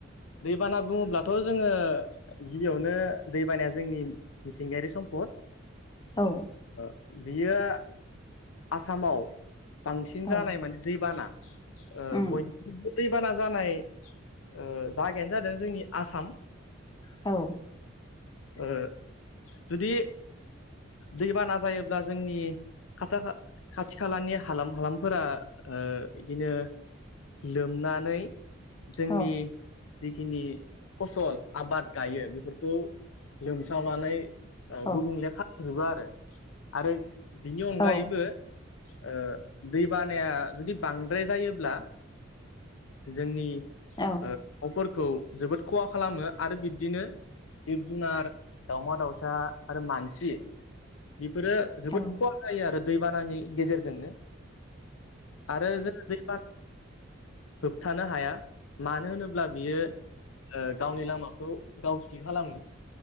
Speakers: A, on the left; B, on the left.
A: दैबाना बुङोब्लाथ' जोङो। गिबियावनो दै बानाया जोंनि मिथिंगायारि सम्पद।
B: औ।
A: ओ बियो आसामाव। बांसिन
B: औ
A: जानाय माने दैबाना ओ
B: उम
A: बयनिबो। दैबाना जानाय ओ जागायानो जादों जोंनि आसाम।
B: औ।
A: ओ जुदि। दैबाना जायोब्ला जोंनि। खाथा-खा-खाथि खालानि हालाम हालामफोरा ओ बिदिनो। लोमनानै जोंनि।
B: औ
A: जिखिनि फसल आबाद गायो बेफोरखौ लोमसावनानै। ओ
B: औ
A: गुबुंले खालामजोबो आरो आरो बिनि अनगायैबो।
B: औ
A: ओ दै बानाया जुदि बांद्राय जायोब्ला। जोंनि।
B: औ।
A: ओ न'फोरखौ जोबोद खहा खालामो आरो बिब्दिनो। जिब-जुनार, दावमा-दाउसा आरो मानसि बेफोरो जोबोद
B: औ
A: खहा। जायो आरो दैबानानि गेजेरजोंनो आरो जों दैबाना। होबथानो हाया मानो होनोब्ला बियो। ओ गावनि लामाखौ गाव थि खालामो